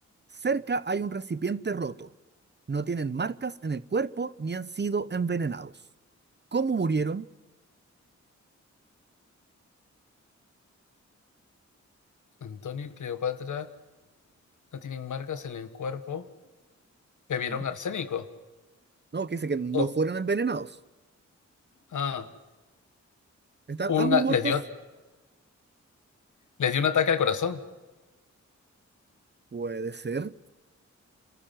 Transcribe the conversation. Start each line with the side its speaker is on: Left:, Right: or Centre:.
Right: Cerca hay un recipiente roto. No tienen marcas en el cuerpo ni han sido envenenados. ¿Cómo murieron?
Left: Antonio y Cleopatra no tienen marcas en el cuerpo. Bebieron
Right: Ajá.
Left: arsénico.
Right: No, que dice que no
Left: O-
Right: fueron envenenados.
Left: ah,
Right: ¿Están ambos
Left: una,
Right: muertos?
Left: les dio, les dio un ataque al corazón.
Right: Puede ser,